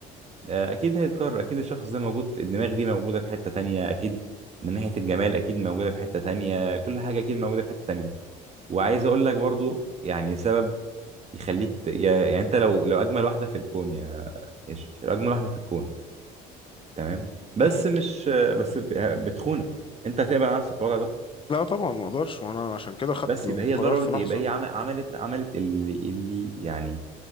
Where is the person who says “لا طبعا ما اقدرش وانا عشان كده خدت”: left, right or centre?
Left